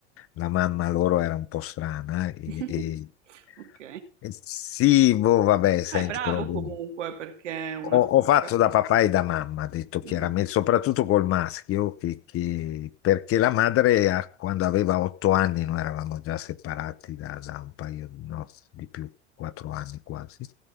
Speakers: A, on the left (about 40°); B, on the right (about 80°).
A: la mamma loro era un po' strana e,
B: <laughs>
A: e-
B: Ok.
A: e sì, boh, vabbè, senti,
B: Ah, è bravo
A: però boh.
B: comunque perché è una
A: Ho,
B: figura.
A: ho fatto da papà e da mamma, detto chiaramente,
B: Mm.
A: soprattutto col maschio, che, che- perché la madre a- quando aveva otto anni, noi eravamo già separati da, da un paio, no, di più, quattro anni quasi,